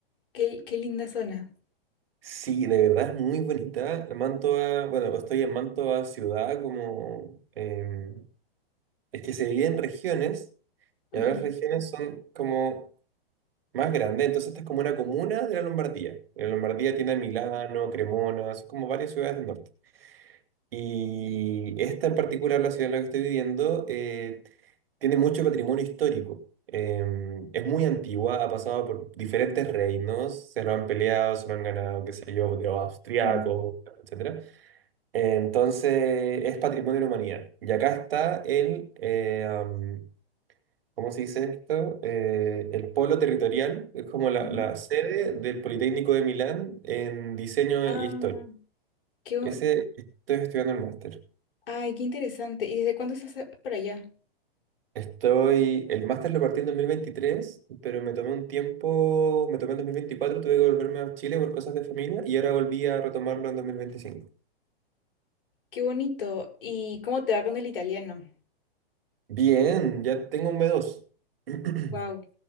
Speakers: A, on the left (about 65°); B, on the right (about 70°).
A: Qué, qué linda zona.
B: Sí, de verdad es muy bonita. Mantova, bueno, estoy en Mantova ciudad, como eh, es que se divide en regiones,
A: Ujú,
B: y ahora las regiones son como más grandes, entonces esta es como una comuna de la Lombardía. La Lombardía tiene a Milano, Cremona, son como varias ciudades del norte. Y esta en particular, la ciudad en la que estoy viviendo, eh, tiene mucho patrimonio histórico. Eh, es muy antigua, ha pasado por diferentes reinos, se lo han peleado, se lo han ganado, qué sé yo, de los austriacos,
A: ujú,
B: etcétera. Entonces, es patrimonio de la humanidad. Y acá está el, eh, am, ¿cómo se dice esto? Eh, el polo territorial, es como la,
A: ujú.
B: la sede del Politécnico de Milán en diseño
A: Ah,
B: e historia.
A: qué, bo-
B: Ese estoy estudiando el máster.
A: ay, qué interesante. ¿Y desde cuándo estás para allá?
B: Estoy, el máster lo partí en 2023 pero me tomé un tiempo, me tomé en 2024 tuve que volverme a Chile por cosas de familia y ahora volví a retomarlo en dos mil veinticinco
A: Qué bonito. ¿Y cómo te va con el italiano?
B: Bien, ya tengo un b dos <clears throat>
A: Wow.